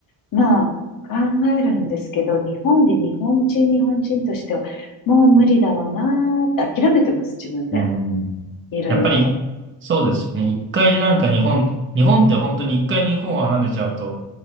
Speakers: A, on the left; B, on the right.
A: まあ、考えるんですけど、日本で日本人、日本人としては、もう無理だろうなーって諦めてます、自分で。
B: うん。
A: いろいろ。
B: やっぱり、そうですよね。一回なんか日本、日本って本当に一回日本を離れちゃうと、